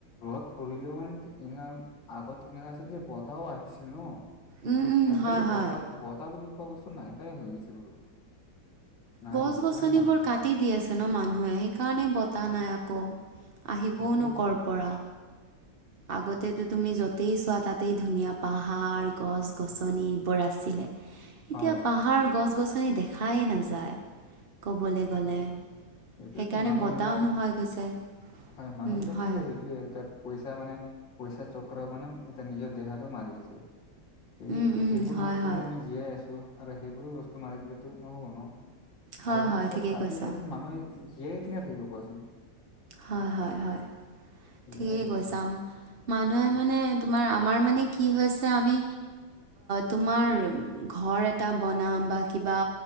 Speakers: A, on the left; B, on the right.
A: ঘৰত পৰিলেও মানে এনো আগত এনেকা তেতিয়া বতাহও আহিছিল ন'
B: উম উম
A: আজিকালি
B: হয় হয়
A: বতাহ বত বুলি কোৱা বস্তু নাইকিয়াই হৈ গৈছে বাৰু নাই
B: গছ
A: একেবাৰে
B: গছনিবোৰ
A: নাহে
B: কাটি দি আছে ন মানুহে সেইকাৰণে বতাহ
A: সেই-
B: নাই আকৌ। আহিবও
A: সেইটোৱেতো
B: নো কৰ পৰা? আগতেতো তুমি য'তেই চোৱা তাতেই ধুনীয়া পাহাৰ, গছ-গছনি এইবোৰ আছিল। এতিয়া
A: হয়
B: পাহাৰ গছ-গছনি দেখায়ে নাযায়। ক'বলৈ গ'লে
A: সেইটোতো
B: সেইকাৰণে
A: মানুহবিলাক
B: বতাহও নোহোৱাই গৈছে
A: হয় মানুহবিলাকৰো
B: উম হয়
A: সেইটোয়ে এটা। পইচা মানে পইচাৰ চক্ৰৰ মানে এতিয়া নিজৰ দেহাতেও মাৰি আছে সেই
B: উম উম
A: সেইবোৰ
B: হয়
A: বস্তু
B: হয়
A: দি আমি জীয়াই আছো আৰু সেইবোৰ বস্তু মাৰি দিলেতো নহ'ব ন'।
B: হয়
A: আৰু যদি
B: হয়
A: চব
B: ঠিকেই
A: কাটি
B: কৈছা
A: দিয়েচোন মানুহে জীয়াই কেনেকে থাকিব কোৱাচোন?
B: হয় হয় হয়।
A: এয়াই
B: ঠিকেই
A: বোলো
B: কৈছা, মানুহে মানে তোমাৰ আমাৰ মানে কি হৈছে আমি তোমাৰ ঘৰ এটা বনাম বা কিবা